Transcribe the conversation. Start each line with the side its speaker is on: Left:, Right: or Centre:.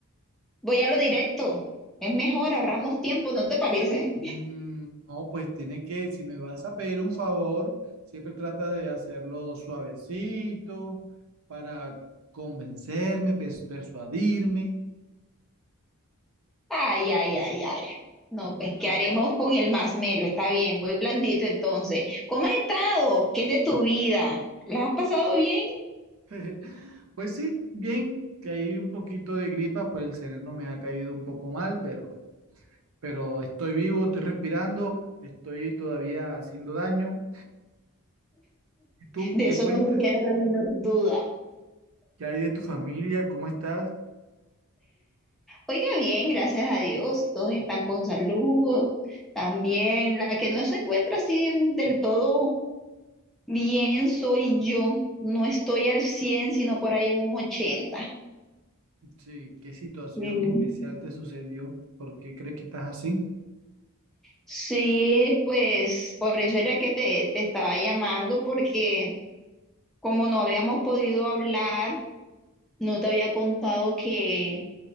Centre: Voy a lo directo. Es mejor, ahorramos tiempo, ¿no te parece?
Right: mm, no, pues tiene que, si me vas a pedir un favor, siempre trata de hacerlo suavecito para convencerme, pes- persuadirme.
Centre: Ay, ay, ay, ay. No, pues, ¿qué haremos con el más melo? Está bien, voy blandito entonces. ¿Cómo has estado? ¿Qué es de tu vida? ¿La has pasado bien?
Right: <laughs> Pues sí, bien, que hay un poquito de gripa, pues el sereno me ha caído un poco mal, pero, pero estoy vivo, estoy respirando, estoy todavía haciendo daño. ¿Y tú
Centre: De
Right: qué
Centre: eso
Right: cuentas?
Centre: no me queda la menor duda.
Right: ¿Qué hay de tu familia? ¿Cómo estás?
Centre: Oiga, bien, gracias a Dios, todos están con salud. También la que no se encuentra así del todo bien soy yo. No estoy al 100, sino por ahí en un ochenta.
Right: Sí, ¿qué situación
Centre: Mm.
Right: especial te sucedió? ¿Por qué crees que estás así?
Centre: Sí, pues por eso era que te, te estaba llamando, porque como no habíamos podido hablar, no te había contado que